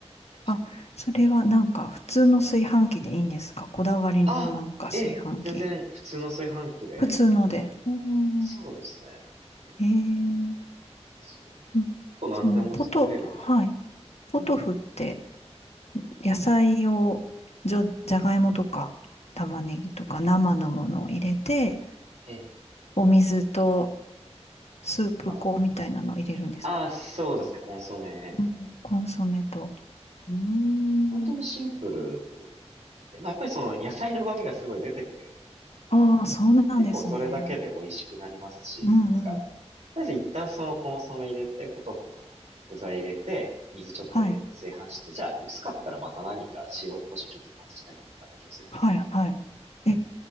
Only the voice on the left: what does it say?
あ、それはなんか普通の炊飯器でいいんですかこだわりのなんか炊飯器。
普通ので。お
ー
えー、
うんそのポト、はい。ポトフって野菜を、じょ、じゃがいもとか玉ねぎとか生のものを入れて、
お水とスープ粉みたいなのを入れるんですか
うんコンソメと。うーん。
ああ、そうなんですね。
うんうん。
はい。
はいはい。え、